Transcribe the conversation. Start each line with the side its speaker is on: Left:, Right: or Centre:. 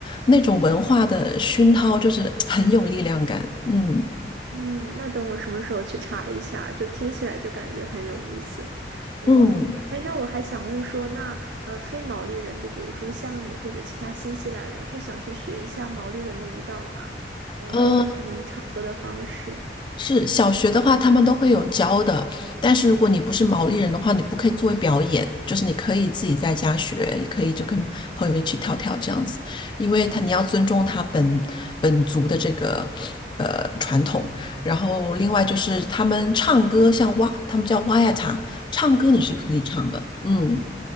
Left: 那种文化的熏陶，就是很有力量感。嗯
Right: 嗯，那等我什么时候去查一下，就听起来就感觉很有意思。嗯，
Left: 嗯，
Right: 哎，那我还想问说，那呃，非毛利人，就比如说像你或者其他新西兰人，会想去学一下毛利人的舞蹈吗？嗯，
Left: 呃，
Right: 或者他们唱歌的方式。
Left: 是小学的话，他们都会有教的，但是如果你不是毛利人的话，你不可以作为表演，就是你可以自己在家学，也可以就跟朋友一起跳跳这样子，因为他你要尊重他本本族的这个。呃，传统，然后另外就是他们唱歌，像哇，他们叫哇呀塔，唱歌你是可以唱的，嗯，